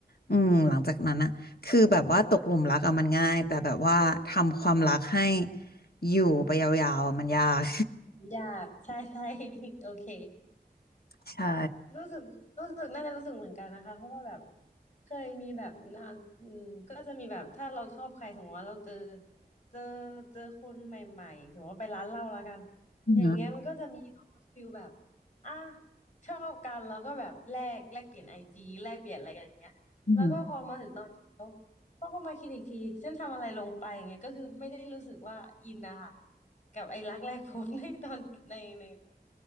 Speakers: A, on the left; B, on the left.
A: อืมหลังจากนั้นอะ คือแบบว่าตกหลุมรักอะมันง่ายแต่แบบว่าทำความรักให้อยู่ไปยาวๆอะมันยาก
B: หยาบใช่ใช่ <laughs> โอเค
A: <laughs> ใช่
B: รู้สึกรู้สึกน่าจะรู้สึกเหมือนกันนะคะเพราะว่าแบบเคยมีแบบนานอืมก็จะมีแบบถ้าเราชอบใครสมมติว่าเราเจอเจอเจอคนใหม่ๆสมมติว่าไปร้านเหล้าแล้วกัน
A: อือหือ
B: อย่างเงี้ยมันก็จะมีฟิลแบบอ่ะชอบกันแล้วก็แบบแลกแลกเปลี่ยนไอจีแลกเปลี่ยนอะไรกันอย่างเงี้ยแล้วก็พอมาถึงตอนเช้า
A: อือหือ
B: พ่อก็มาคิดอีกทีฉันทำอะไรลงไปอย่างเงี้ยก็คือไม่ได้รู้สึกว่าอินนะคะกับไอ้รักแรกพบในตอนในใน